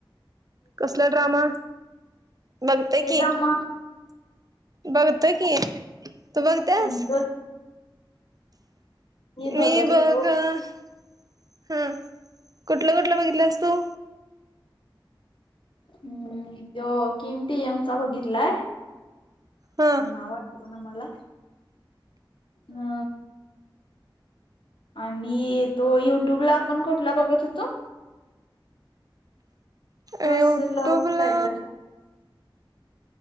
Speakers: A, on the right; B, on the left.
A: कसला ड्रामा बघतय
B: के
A: की
B: ड्रामा
A: बघतय की तू बघतेस
B: कोणतं? बघत
A: मी
B: होतो
A: बघ हा कुठलं कुठलं बघितलं असतू
B: हम्म तो किमती यंगचा ब गीतलाय
A: हा
B: तिचं नाव वाटत बणा मला हा आणि तो युट्यूब ला आपण कुठला बघत होतो फर्स्ट
A: ए ऑटो
B: लव्ह
A: बला
B: काय तर